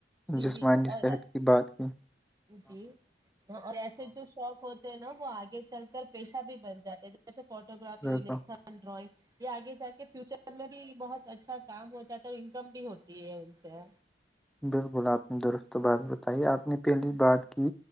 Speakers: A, on the right (about 20°); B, in the centre.
A: جی
B: جسمانی
A: جی اور
B: صحت کی بات کہ
A: جی اور ایسے جو شوق ہوتے ہیں نا وہ آگے چل کر پیشہ بھی بن جاتے تھ فوٹو گگرافی
B: بتا
A: ہو لکھن ڈرائگ یہ آگے جا کے فیوچر میں بھی بہت اچھا کام ہو جاتا ہے اور انکم بھی ہوتی ہے ان سے
B: بالکل آپ نے درست بات بتائی آپ نے پہلی بات کی